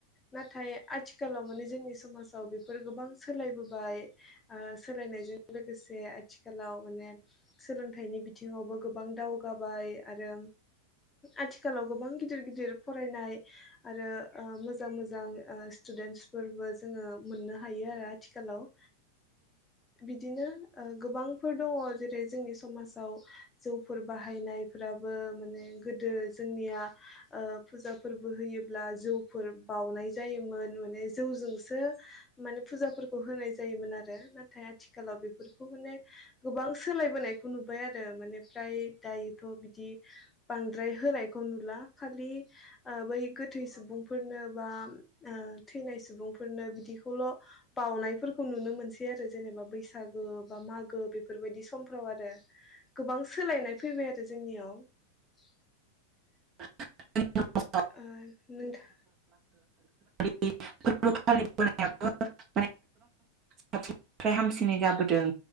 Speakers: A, on the left; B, on the right.
A: नाथाय आथिखालाव माने जोंनि समाजाव बेफोर गोबां सोलायबोबाय सोलायनायजों लोगोसे आथिखालाव माने सोलोंथाइनि बिथिङावबो गोबां दावगाबाय आरो आथिखालाव गोबां गिदिर गिदिर फरायनाय आरो ओ मोजां मोजां स्टुडेन्टसफोरबो जोङो मोननो हायो आरो आथिखालाव बिदिनो गोबांफोर दंङ जेरै जोंनि समाजाव जौफोर बाहायनायफ्राबो माने गोदो जोंनिया फुजाफोरबो होयोब्ला जौफोर बउनाय जायोमोन माने जौजोंसो माने फुजाफोरखौ होनाय जायोमोन आरो नाथाय आथिखालाव बेफोरखौ माने गोबां सोलायबोनायखौ नुबाय आरो माने फ्राय दायोथ' बिदि बांद्राय होनायखौ नुला खालि बै गोथै सुबुंफोरनो बा थैनाय सुबुंफोरनो बिदिखौल' बावनायफोरखौ नुनो मोनसै आरो जेनेबा बैसागो बा मागो बेफोरबायदि समफ्राव आरो गोबां सोलायनाय फैबाय आरो जोंनियाव <inaudible>
B: <unintelligible> <inaudible>
A: ओ नोंथा
B: <unintelligible> मानम <unintelligible> साबसिननिफ्राय हामसिनै जाबोदों